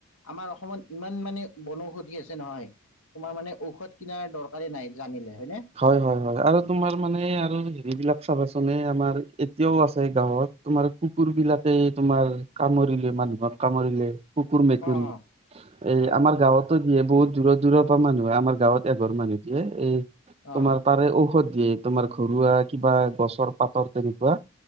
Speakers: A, on the left; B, on the right.
A: আমাৰ অসমত ইমান মানে বনৌষধি আছে নহয় তোমাৰ মানে ঔষধ কিনাৰ দৰকাৰে নাই জানিলে হয় নে
B: হয় হয় হয় আৰু তোমাৰ মানে আৰু হেৰিবিলাক চাবাচোন আমাৰ এতিয়াও আছে গাঁৱত তোমাৰ কুকুৰ বিলাকে তোমাৰ কামুৰিলে মানুহক কামুৰিলে কুকুৰ মেকুৰী
A: অঁ অঁ
B: এই
A: হয়
B: আমাৰ গাঁৱতো দিয়ে বহুত দূৰত দূৰত পৰা মানুহে আমাৰ গাঁৱত এঘৰ মানুহটোৱে এই
A: অঁ
B: তোমাৰ তাৰে ঔষধ দিয়ে তোমাৰ ঘৰুৱা কিবা গছৰ পাতৰ তেনেকুৱা